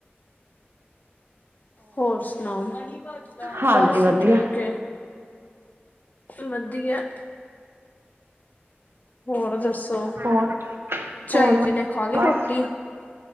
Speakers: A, on the left; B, on the right.
A: ਹੋਰ ਸੁਣਾਓ
B: ਹਾਂਜੀ
A: ਬਸ
B: ਵਧੀਆ
A: ਠੀਕ ਵਧੀਆ ਹੋਰ ਦੱ ਸੋ
B: ਹੋਰ
A: ਝਾਈ
B: ਹੋਰ
A: ਜੀ ਨੇ ਖਾ ਲਈ
B: ਬਸ
A: ਰੋਟੀ